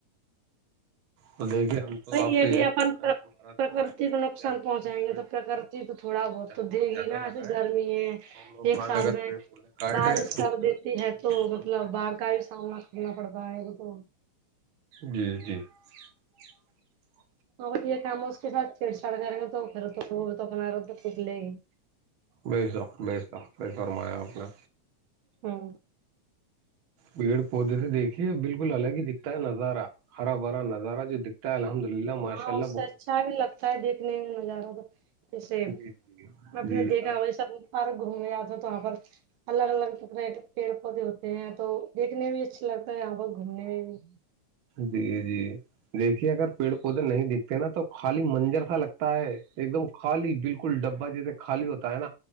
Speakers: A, on the right; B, on the right.
A: تو دیکھیے ہم تو
B: بائی
A: آپ
B: یہ
A: سے یہی
B: بھی اپن
A: کہنا ہے ہمارا تو
B: پرکرتی کو
A: کہ
B: نقصان
A: آپ
B: پہنچائیں
A: جو ہے پیڑ
B: گے تو
A: پودے
B: پرکر تو تھوڑا بہت
A: زیادہ
B: تو دے
A: سے زیادہ
B: گی نا ایھر
A: لگائے
B: گرمی ہے
A: اور لوگ
B: ایک
A: باغ
B: ساتھ
A: اگر
B: میں
A: پیڑ پودے کاٹے
B: بارش
A: تو
B: کر
A: پھر
B: دیتی ہے تو مطلب باڑھ کا بھی سامنا کرنا پڑ رہا ہے تو
A: جی جی <inaudible>
B: اور یہ کام اس کے ساتھ چھیڑ چاڑ کریں گے تو پھر تو تو اپنا تو پک لے گی
A: بے سخت ب سختی فرمایا آپ نے
B: ہاں
A: پیڑ پودے سے دیکھیے بالکل الگ ہی دکھتا ہے نظارہ ہرا بھرا نظارہ جو دکھتا ہے الحمد للہ ماشاء
B: ہاں
A: اللہ
B: اس سے
A: بہت
B: اچھا بھی لگتا ہے دیکھنے میں نظارہ تو جیسے ہمپ
A: جی جی جی
B: نے دیکھا
A: اگر
B: وہ سب فار گھومنے آتے تو وہاں پر الگ الگ طکرح کے پیڑ پودے ہوتے ہیں تو دیکنے بھی اچھا لگتا ہے یہاں پر گھومنے میں بھی
A: جی جی دیکھیے اگر پیڑ پودے نہیں دکھتے نا تو خالی منجر سا لگتا ہے ایک دم خالی بالکل ڈبا جیسے خالی ہوتا ہے نا